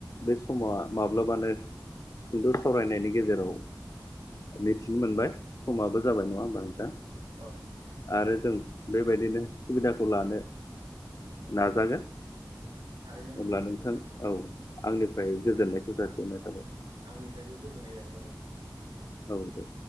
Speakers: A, on the left; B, on the right.
A: बे समा माब्लाबानो सुंद' सावरायनायनि गेजेराव मिथिनो मोनबाय समाबो जाबाय
B: औ
A: नङा होमबा नोंथां?
B: औ नंगौ नों
A: आरो जों बेबायदिनो सुबिदाखौ लानो
B: औ
A: नाजागोन।
B: थारैनो
A: अब्ला नोंथां
B: थारैनो
A: औ आंनिफ्राय गोजोन्नायखौ
B: दे
A: जासिहरनाय थाबाय।
B: आंनिफ्रायबो गोजोननाय जासिहरबाय नोंथां।
A: औ दे।